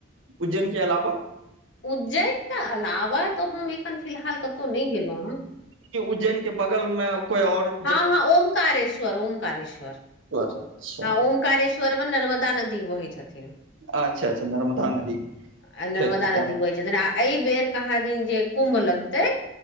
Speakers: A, on the right (about 70°); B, on the left (about 60°).
A: उज्जैन के अलावा।
B: उज्जैन के अलावा तऽ हम एखन फिलहाल कतहु नहि गेलहुँ हेँ।
A: कि उज्जैन के बगल मे कोई आओर।
B: हँ हँ ओमकारेश्वर ओमकारेश्वर
A: अच्छा
B: हँ ओम कारेश्वर में नर्मदा नदी बहै छथिन।
A: अच्छा अच्छा नर्मदा नदी।
B: आ
A: छै
B: नर्मदा
A: तऽ ओतऽ
B: नदी बहै छथिन आ एहि बेर कहाँ दिन जे कुम्भ लगते।